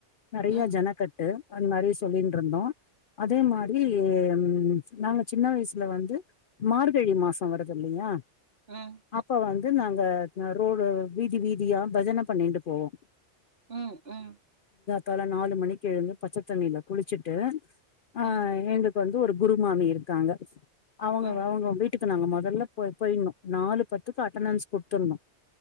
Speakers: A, on the left; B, on the right.
A: நெறையா
B: ம்
A: ஜனக்கட்டு அது மாதிரி சொல்லின் இருந்தோம் அதே மாரி ம் நாங்க சின்ன வயசுல வந்து மார்கழி மாசம் வருது இல்லையா
B: ம்
A: அப்ப வந் து நாங்க ரோ ரோ வீதி வீதியா பஜன பண்ணின்டுப் போவோ
B: ம் ம்
A: தால நாலு மணிக்கு எழுந்து பச்ச தண்ணில குளிச்சுட்டு ஆ
B: ம்
A: எங்க வந்து ஒரு குரு மாமி இருக்காங்க அவங்க
B: ம்
A: அவங்க வீட்டுக்கு நாங்க மொதல்ல போய் போயுன்னும் நாலு பத்துக்கு அட்டணன்ஸ் குடுத்துட்ணும்